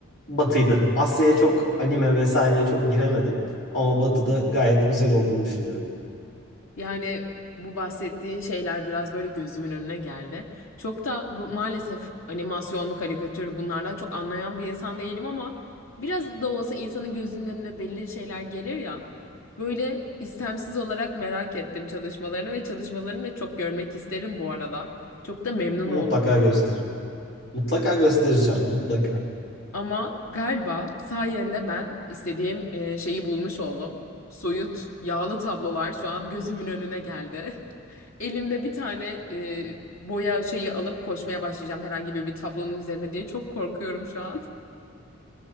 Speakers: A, on the left; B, on the left.
A: Batı'ydı. Asya'ya çok anime vesaireye çok giremedim. Ama Batı'da gayet güzel olduğunu düşünüyorum.
B: Yani bu bahsettiğin şeyler biraz böyle gözümün önüne geldi. Çok da bu, maalesef animasyonlu karikatür bunlardan çok anlayan bir insan değilim ama biraz da olsa insanın gözünün önüne belli şeyler gelir ya. Böyle istemsiz olarak merak ettim çalışmalarını ve çalışmalarını da çok görmek isterim bu arada. Çok da memnun
A: Mutlaka
B: oldum.
A: gösterir. Mutlaka göstereceğim. Mutlaka.
B: Ama galiba sayende ben istediğim e, şeyi bulmuş oldum. Soyut, yağlı tablolar şu an gözümün önüne geldi. <laughs> Elimde bir tane e, boya şeyi alıp koşmaya başlayacağım herhangi bir, bir tablonun üzerine diye çok korkuyorum şu an.